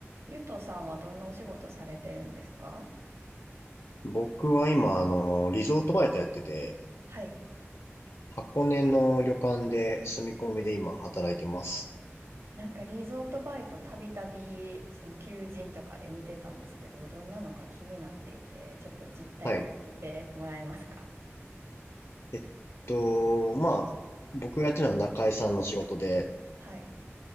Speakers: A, on the right; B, on the left.
A: ゆとさんはどんなお仕事されてるんですか
B: 僕は今、あの、リゾートバイトやってて、
A: はい。
B: 箱根の旅館で住み込みで今働いてます。
A: なんかリゾートバイトたびたびその求人とかで見てたんですけど、どんなのか気になっていて、ちょっと実態を聞いてもらえますか
B: はい。えっと、まあ、僕がやってるのは中居さんの仕事で、
A: はい。